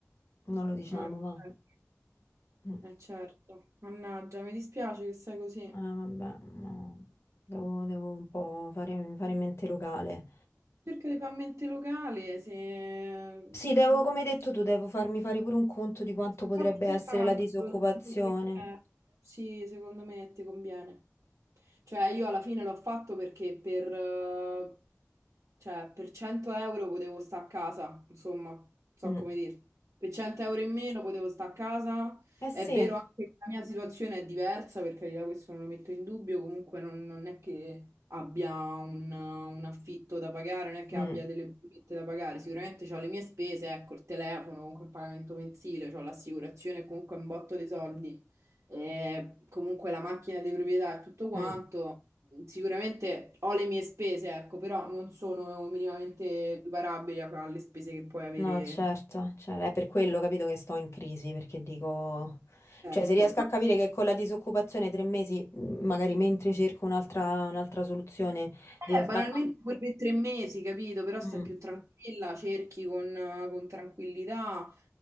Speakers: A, on the left (about 60°); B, on the right (about 70°).
A: non lo diciamo,
B: Mm,
A: va.
B: certo.
A: Mm,
B: Eh,
A: eh,
B: certo. Mannaggia, mi dispiace che sei così.
A: vabbè, no. Devo, devo un po' fare, fare mente locale.
B: Cerca di fare mente locale, se
A: Sì, devo,
B: boh,
A: come hai detto tu, devo farmi fare pure un conto di quanto potrebbe
B: Fatti
A: essere
B: tanto,
A: la disoccupazione.
B: tanto perché- Sì, secondo me ti conviene. Cioè, io alla fine l'ho fatto perché per, eh, cioè, per 100 euro potevo stare a casa, insomma, non so
A: Mm.
B: come dirti. Per 100 euro in meno potevo stare a casa.
A: Eh sì,
B: È vero anche che la mia situazione è diversa, per carità, questo non lo metto in dubbio, comunque non, non è che abbia un, un affitto da pagare, non è che
A: Mm,
B: abbia delle bollette da pagare, sicuramente ho le mie spese, ecco, il telefono, comunque il pagamento mensile, ho l'assicurazione, comunque un botto di soldi, e comunque la macchina di proprietà e tutto quanto.
A: mm.
B: Sicuramente ho le mie spese, ecco, però non sono minimamente equiparabili a- alle spese che puoi avere.
A: No, certo, cioè, è per quello, capito, che sto in crisi, perché dico,
B: Certo.
A: cioè se riesco a capire che con la disoccupazione tre mesi, mm, magari mentre cerco un'altra un'altra soluzione, riesco
B: Eh, banalmente
A: a...
B: pure per tre mesi, capito? Però stai
A: Mm,
B: più tranquilla, cerchi con, eh, con tranquillità,